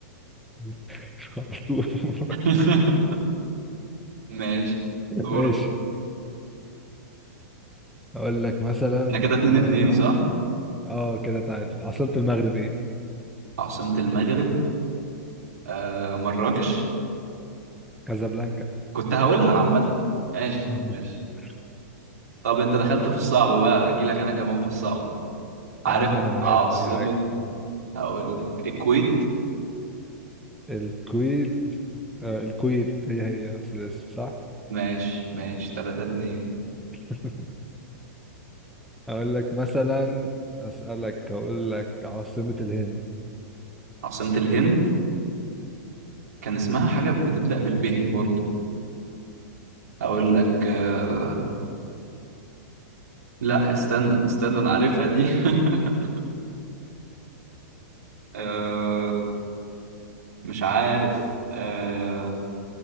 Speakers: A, in the centre; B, on the right.
A: <laughs> مش خرطوم <laughs>
B: <laughs> ماشي دورك
A: ماشي أقول لك مثلا
B: احنا كده اتنين
A: اه
B: اتنين صح؟
A: اه كده تعادل عاصمة المغرب ايه؟
B: عاصمة المغرب آه مراكش
A: كازابلانكا
B: كنت هقولها عامة ماشي
A: <laughs>
B: ماشي طب انت دخلت في الصعب بقى اجيلك انا كمان في الصعب عارف
A: يا عم أنا معاك
B: عاصمة
A: في أي حاجة
B: هقول لك الكويت
A: الكويت آه الكويت هي هي نفس الاسم صح؟
B: ماشي ماشي تلاتة اتنين
A: <laughs> أقول لك مثلا أسألك أقول لك عاصمة الهند
B: عاصمة الهند كان اسمها حاجة بتبدأ بالب برضو هقول لك آه... لا استنى استنى انا عارفها دي <laughs> آه... مش عارف آه...